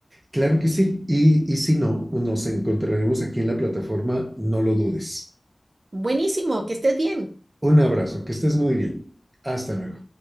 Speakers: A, on the right; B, on the right.
A: Claro que sí. Y, y si no, nos encontraremos aquí en la plataforma, no lo dudes.
B: Buenísimo, que estés bien.
A: Un abrazo, que estés muy bien. Hasta luego.